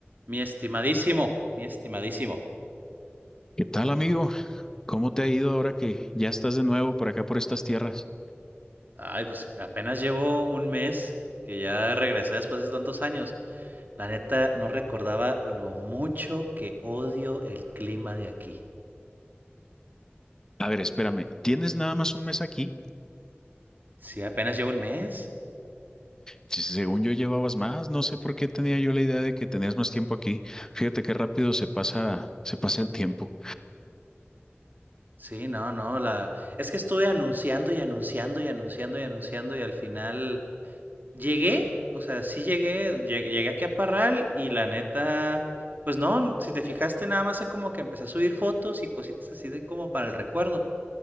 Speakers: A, on the right (about 45°); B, on the left (about 15°).
A: Mi estimadísimo, mi estimadísimo.
B: ¿Qué tal, amigo? ¿Cómo te ha ido ahora que ya estás de nuevo por acá, por estas tierras?
A: Ay, pues apenas llevo un mes que ya regresé después de tantos años. La neta no recordaba lo mucho que odio el clima de aquí.
B: A ver, espérame, ¿tienes nada más un mes aquí?
A: Sí, apenas llevo el mes.
B: Si según yo llevabas más, no sé por qué tenía yo la idea de que tenías más tiempo aquí. Fíjate qué rápido se pasa, se pasa el tiempo.
A: Sí, no, no, la es que estuve anunciando y anunciando y anunciando y anunciando y al final llegué, o sea, sí llegué, lle- llegué aquí a Parral y la neta pues no, si te fijaste nada más es como que empecé a subir fotos y cositas así de como para el recuerdo.